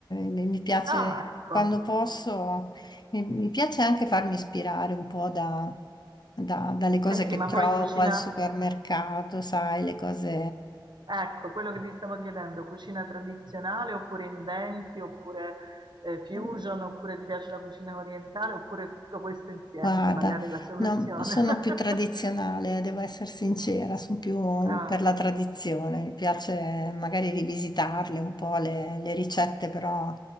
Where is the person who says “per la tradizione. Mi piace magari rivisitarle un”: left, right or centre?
Left